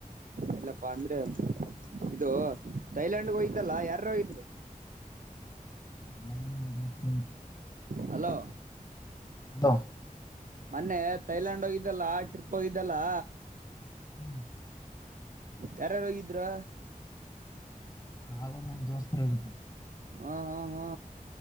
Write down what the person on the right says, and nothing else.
ಎಲ್ಲ. ಬಂದ್ರೆ ಇದು ಥೈಲ್ಯಾಂಡ್ಗೆ ಹೋಗ್ದಲ್ಲ ಯಾರಾರೋಗಿದ್ರಿ.
ಹಲೋ
ಮನ್ನೆ ತೈಲ್ಯಾನ್ಡ್ ಹೋಗ ಇದಲ್ಲ ಟ್ರಿಪ್ ಹೊಗಿದ್ ಇದಲ್ಲಾ
ಯಾರ್ಯಾರೋಗಿದ್ರ
ಹಾ ಹಾ ಹಾ